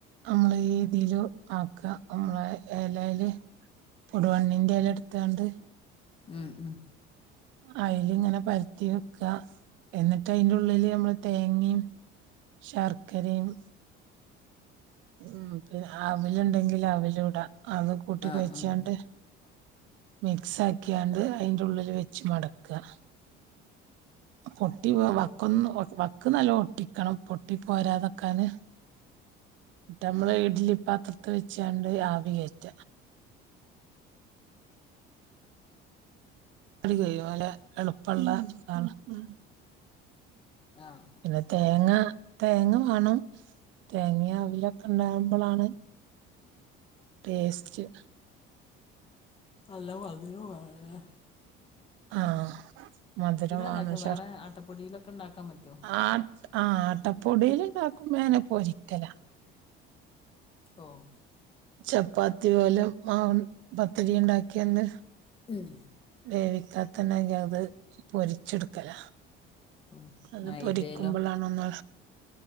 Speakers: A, on the right; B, on the left.
A: നമ്മളീതീല് ആക്ക നമ്മള എലയില് പൊടുവണ്ണിന്റെ എല എടുത്താണ്ട്
B: ഉം ഉം
A: അതിൽ ഇങ്ങനെ പരുത്തി വെക്കുക. എന്നിട്ട് അതിന്റെ ഉള്ളില് നമ്മള് തേങ്ങയും ശർക്കരയും ഉം പിന്നെ അവലിണ്ടെങ്കില് അവലും ഇടാം. അത് കൂട്ടി
B: ആഹ്
A: കഴിച്ചാണ്ട്
B: ആഹ്
A: മിക്സ് ആക്കിയാണ്ട് അതിന്റെ ഉള്ളില് വെച്ച് മടക്കാ പൊട്ടി വ വക്കൊന്ന് വ വക്ക് നല്ല ഒട്ടിക്കണം പൊട്ടി പോരാതൊക്കാന് എന്നിട്ടമ്മള് ഇഡ്ലി പാത്രത്തി വെച്ചാണ്ട് ആവി കയറ്റ. <unintelligible> എളുപ്പള്ള <unintelligible>
B: ആഹ്
A: പിന്നെ തേങ്ങ തേങ്ങ വേണം തേങ്ങയും അവിലൊക്കെ ഇണ്ടാകുമ്പളാണ് ടേസ്റ്റ്
B: നല്ല മധുരോം കാണുവല്ലേ
A: ആഹ് മധുരമാണ്
B: ഉണ്ടാക്ക
A: ശർ
B: വേറെ ആട്ടപ്പൊടിയിലൊക്കെ ഉണ്ടാക്കാൻ പറ്റുവോ
A: ആട്ട് ആ ആട്ടപ്പൊടിയില് <unintelligible> <unintelligible> പൊരിക്കലാ
B: ഓഹ്
A: ചപ്പാത്തി പോലെ മാവൻ പത്തിരി ഇണ്ടാക്കിയന്ന്
B: ഉം
A: വേവിക്കാത്തന്നെങ്കി അത് പൊരിച്ചെടുക്കല
B: ഓ
A: അത്
B: മൈദേലോ
A: പൊരിക്കുമ്പളാണ് ഒന്ന്